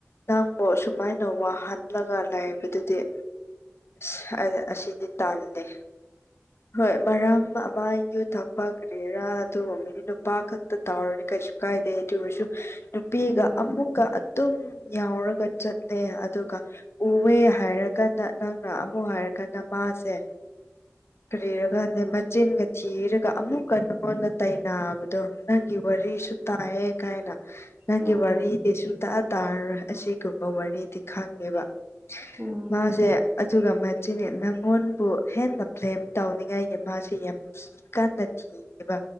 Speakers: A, on the left; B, on the right.
A: ꯅꯪꯕꯨ ꯑꯁꯨꯃꯥꯏꯅ ꯋꯥꯍꯟꯂꯒ ꯂꯩꯥꯕꯗꯨꯗꯤ ꯑꯁ ꯑ ꯑꯁꯤꯗꯤ ꯇꯟꯂꯦ ꯍꯣꯏ ꯃꯔꯝ ꯑꯃ ꯌꯨꯠ__ ꯊꯛꯄꯥ ꯀꯔ꯭ꯤꯔꯥ ꯑꯗꯨꯒꯨꯝꯕꯅꯤ ꯅꯨꯄꯥ ꯈꯛꯇ ꯇꯧꯔꯗꯤ ꯀꯩꯁꯨ ꯀꯥꯏꯗꯦ ꯑꯗꯨ ꯑꯣꯏꯁꯨ ꯅꯨꯄꯤꯒ
B: ꯎꯝ
A: ꯑꯃꯨꯛꯀ ꯑꯗꯨꯝ ꯌꯥꯎꯔꯒ ꯆꯠꯂꯦ ꯑꯗꯨꯒ ꯎꯋꯦ ꯍꯥꯏꯔꯒꯗ ꯅꯪꯅ ꯑꯃꯨꯛ ꯍꯥꯏꯔꯒꯅ ꯃꯥꯁꯦ ꯀꯔꯤꯔ ꯈꯪꯗꯦ ꯃꯆꯤꯟꯒ ꯊꯤꯔ ꯑꯃꯨꯛꯀ ꯅꯉꯣꯟꯗ ꯇꯥꯏꯅꯕꯗꯣ ꯅꯪꯒꯤ ꯋꯥꯔꯤꯁꯨ ꯇꯥꯏꯌꯦ ꯒꯥꯏꯅ ꯅꯪꯒꯤ
B: ꯎꯝ
A: ꯋꯥꯔꯤꯗꯤ ꯁꯨꯡꯇꯥ ꯇꯥꯔꯔꯣꯏ ꯑꯁꯤꯒꯨꯝꯕ ꯋꯥꯔꯤꯗꯤ ꯈꯪꯉꯦꯕ
B: ꯎꯝ
A: ꯃꯥꯁꯦ ꯑꯗꯨꯒ ꯃꯥ ꯆꯤꯟ ꯅꯪꯉꯣꯟꯕꯨ ꯍꯦꯟꯅ ꯕꯂꯦꯝ ꯇꯧꯅꯤꯡꯉꯥꯏꯒꯤ ꯃꯥꯁꯤ ꯌꯥꯝ ꯁꯤ ꯀꯟꯅ ꯀꯤꯌꯦꯕ